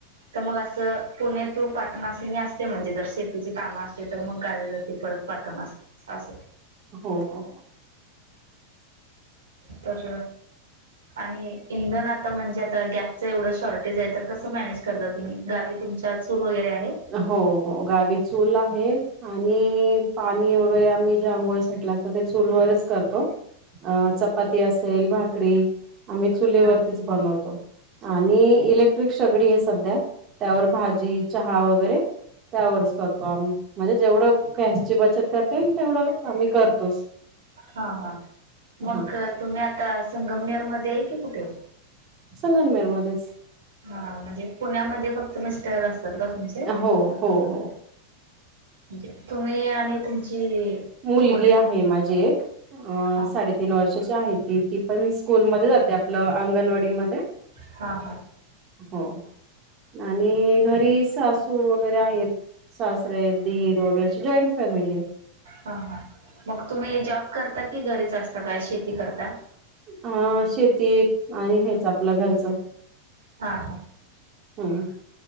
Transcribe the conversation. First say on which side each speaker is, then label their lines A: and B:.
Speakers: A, on the right; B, on the right.
A: तर मग असं पुणे टू पाटणा असं मी अस ते म्हणजे जर शेतीची कामं असे तर मग गावी जाते परत पाटण असे.
B: हो हो!
A: तर आणि इंधन आता म्हणजे आता गॅसच एवढं शॉर्टेज आहे तर कसं मॅनेज करता तुम्ही गावी तुमच्या चूल वगैरे आहे.
B: हो हो गावी चूल आहे आणि पाणी वगैरे आम्ही ज्या आंघोळीसाठी लागत मग ते चूलवरच करतो, अ चपाती असेल भाकरी आम्ही चुलीवरतीच
A: हा
B: बनवतो आणि इलेक्ट्रिक शेगडी आहे सध्या त्यावर भाजी चहा हा वगैरे त्यावरच करतो आम्ही म्हणजे जेवढं गॅसची बचत करतील तेवढं आम्ही करतोच.
A: हा हा मग
B: हा
A: तुम्ही आता संगमनेर मध्ये आहे की कुठे ये
B: संगनमेर मध्येच
A: हा म्हणजे पुण्यामध्ये फक्त मिस्टर असतात का तुमचे.
B: हो हो हो
A: म्हण तुम्ही आणि तुमची
B: मुलगी
A: मुले
B: आहे माझी एक अ
A: हा
B: साडेतीन वर्षाची आहे ती ती पण स्कूलमध्ये जाते आपलं आंगणवाडी मध्ये
A: हा हा
B: हो आणि घरी सासू वगैरे आहेत. सासरे दीर वगैरे अशी जॉईंट फॅमिली आहे.
A: हा हा मग तुम्ही जॉब करता की घरीच असता काय शेती करता.
B: हा शेतीत आणि हेच आपलं घरचं.
A: हा हा.
B: हम्म